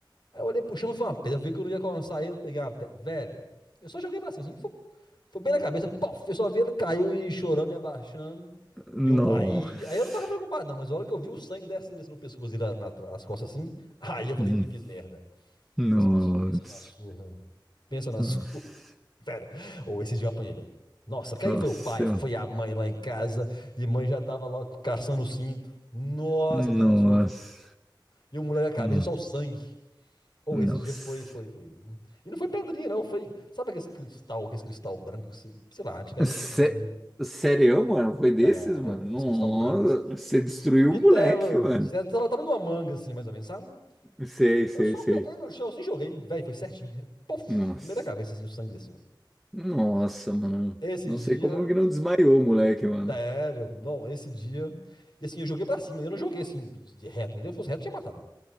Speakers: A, on the left; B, in the centre.
A: Aí eu olhei pro chão e vi uma pedra. Eu vi que eu não ia alcançar ele, peguei uma pedra. Velho, eu só joguei pra cima, assim, foi, foi bem na cabeça, pof, eu só vi ele caiu e chorando e abaixando.
B: Nossa,
A: E eu- aí, aí eu não tava preocupado, não, mas a hora que eu vi o sangue descendo assim no pescoço dele, na- na- nas costas assim, aí eu falei,
B: Hum,
A: ih, fiz merda.
B: nossa,
A: Pensa na, pensa na surra. Pensa na
B: nossa,
A: surra. <laughs> Pera. Ou esses dias eu apanhei, velho. Nossa, porque
B: nossa,
A: aí foi o pai, foi
B: eu-
A: a mãe lá em casa. E mãe já tava lá caçando o cinto. Nossa,
B: nossa,
A: tomei uma surra feia. E o moleque a
B: Hum,
A: cabeça só o sangue. Ou
B: nossa.
A: esse dia foi, foi, foi. E não foi pedrinha, não. Foi. Sabe aquele cristal, aquele cristal branco? que se- Sei lá, antigamente
B: Sé-
A: tinha muito na região.
B: Sério, mano? Foi desses,
A: Sério,
B: mano?
A: aquele
B: Nossa,
A: cristal branco assim.
B: você destruiu
A: Bitelo.
B: o moleque, mano.
A: Sério, tava tava numa manga assim, mais ou menos, sabe?
B: Sei, sei,
A: Eu só
B: sei.
A: peguei no chão assim e joguei. Véi, foi certinho. Puf,
B: Nossa,
A: no meio da cabeça assim, o sangue desceu.
B: nossa, mano.
A: Esse
B: Não
A: dia,
B: sei como que não desmaiou o moleque, mano.
A: sério, não, esse dia. E assim, eu joguei pra cima, eu não joguei assim, de reto, entendeu? Se fosse reto, tinha matado.